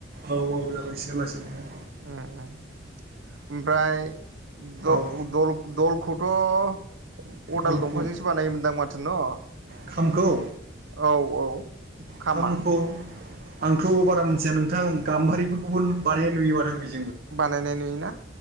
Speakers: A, on the right; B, on the right.
A: औ-औ जालांसिगोन लासैनो
B: उम उम ओमफ्राय दल-
A: औ
B: दलखौथ' अदाल
A: दलखौ
B: दंफांजोंसो बानायोमोनदां माथो न'
A: खामखौ
B: औ औ खामा
A: खामखौ आंथ' बारा मोनथिया नोंथां गाम्बारिफोरखौबो बानाय नुयो माथो बिदि
B: बानायनाय नुयोना